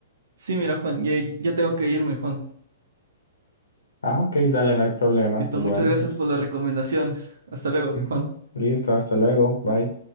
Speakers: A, on the right; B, on the left.
A: Sí, mira, Juan, ya, ya tengo que irme, Juan.
B: Ah, ok, dale, no hay problema,
A: Listo,
B: igual.
A: muchas gracias por las recomendaciones. Hasta luego,
B: Ujú,
A: Juan.
B: Listo, hasta luego, bye.